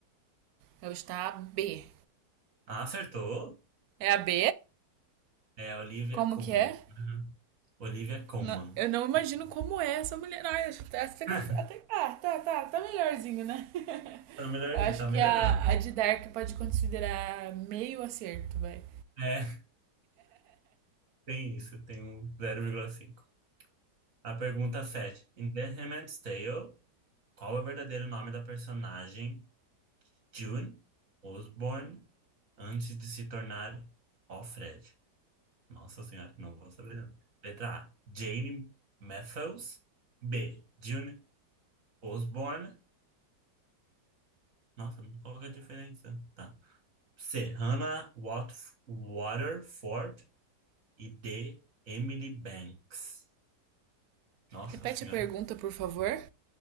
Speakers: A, on the right (about 70°); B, on the right (about 50°).
A: Eu estar a B.
B: Ah, acertou.
A: É a B?
B: É Olivia
A: Como
B: Colman.
A: que é?
B: Uhum. Olivia Colman.
A: Não, eu não imagino
B: Colman.
A: como é essa mulher. Ai, acho que essa que
B: <laughs>
A: eu- até. Ah, tá, tá. Tá melhorzinho, né? <laughs>
B: Tá melhorzinho,
A: eu acho
B: tá
A: que
B: melhorando.
A: a, a de Dark pode considerar meio acerto, vai.
B: É, tem isso, tem um zero vírgula cinco. A pergunta 7. Em The Handmaid's Tale, qual é o verdadeiro nome da personagem June Osborne antes de se tornar Alfred? Nossa senhora, não vou saber não. Letra A, Jane Matthews. B, June Osborne. Nossa, qual que é a diferença? Tá. C, Hannah Wat Waterford. E D, Emily Banks. Nossa
A: Repete
B: senhora.
A: a pergunta, por favor.